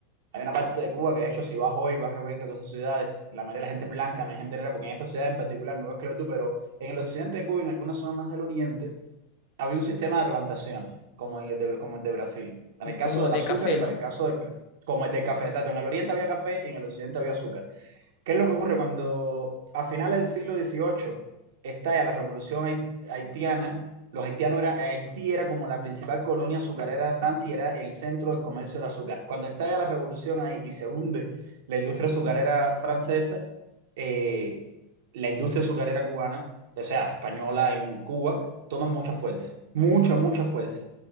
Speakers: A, on the right (about 75°); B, on the left (about 55°).
A: Hay una parte de Cuba que, de hecho, si vas hoy, vas a ver que todas esas ciudades, la mayoría de la gente es blanca, no hay gente negra, porque en esa ciudad en particular no hubo esclavitud, pero en el occidente de Cuba, en algunas zonas del oriente, había un sistema de plantaciones, como, en el de, como el de Brasil, para el caso
B: Como
A: del
B: de
A: azúcar
B: café,
A: y para
B: ¿no?
A: el caso del, ca- como el del café. Exacto, en el oriente había café y en el occidente había azúcar. ¿Qué es lo que ocurre cuando a finales del siglo XVIII estalla la revolución hai- haitiana? Los haitianos era, Haití era como la principal colonia azucarera de Francia y era el centro del comercio del azúcar. Cuando estalla la revolución ahí y se hunde la industria azucarera francesa, eh, la industria azucarera cubana, o sea, española en Cuba, toma mucha fuerza, mucha, mucha fuerza.